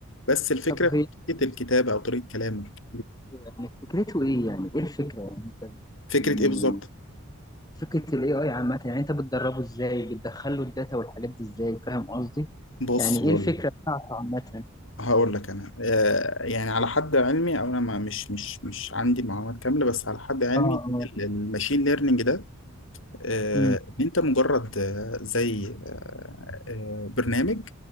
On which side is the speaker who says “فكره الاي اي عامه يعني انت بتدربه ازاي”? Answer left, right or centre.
Left